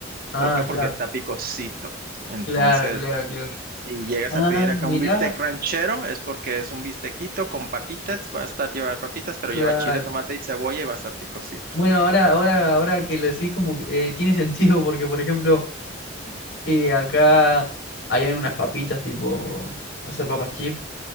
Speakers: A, on the left; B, on the right.
A: Ah,
B: ¿Por qué? Porque
A: claro.
B: está picosito. Entonces
A: Claro, claro, claro.
B: Si llegas
A: Ah,
B: a pedir
A: mirá,
B: acá un bistec ranchero, es porque es un bistequito con papitas, va a estar llevar papitas, pero
A: claro.
B: lleva chile, tomate y cebolla y va a estar picosito.
A: Bueno, ahora, ahora, ahora que lo decís como que, eh, tiene <laughs> sentido porque, por ejemplo, eh, acá habían unas papitas tipo, o sea, papas chips